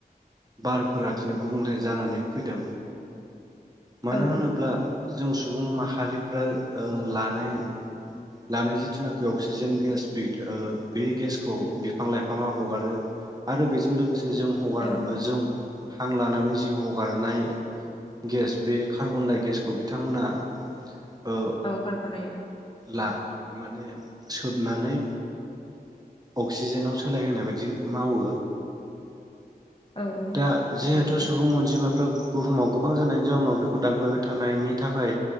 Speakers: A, on the right; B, on the left.
A: बारफोरा बिदिनो गुबुंले जानानै फैदों मानो
B: औ
A: होनोब्ला जों सुबुं माहारिफ्रा ओ लानाय लानाय जिथुनाखि अक्सिजेन गेस बिल ओ गेस बे गेसखौ बिफां लाइफाङा हगारो आरो बेजों लोगोसे जों हगार
B: औ
A: जों हां लानानै जि हगारनाय गेस बे कार्बन डाइ गेसखौ बिथांमोना ओ
B: औ कार्बनडाइ
A: ला माने सोबनानै अक्सिजेनाव सोलायहोनाय बायदि मावो
B: औ
A: दा
B: नंगौ
A: जिहेथु
B: नोंथां
A: सुबुं अनजिमाफ्रा बुहुमाव गोबां जानायनि जाउनाव बेखौ दानफायबाय थानायनि थाखाय